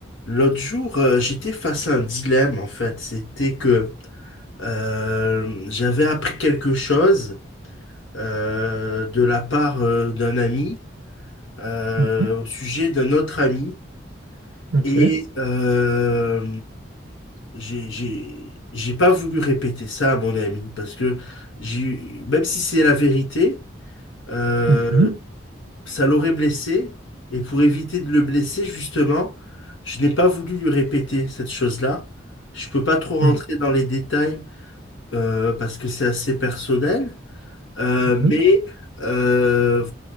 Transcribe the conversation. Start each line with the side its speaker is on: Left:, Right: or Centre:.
Left: L'autre jour, euh, j'étais face à un dilemme en fait. C'était que euh, j'avais appris quelque chose euh, de la part euh, d'un ami euh,
Right: Mhm.
Left: au sujet d'un autre ami
Right: OK.
Left: et euh, j'ai j'ai- j'ai pas voulu répéter ça à mon ami parce que j'ai, même si c'est la vérité, euh,
Right: Mhm.
Left: ça l'aurait blessé, et pour éviter de le blesser, justement, je n'ai pas voulu lui répéter cette chose-là. Je peux pas trop rentrer
Right: Mhm.
Left: dans les détails euh, parce que c'est assez personnel, Euh,
Right: Mhm.
Left: mais euh,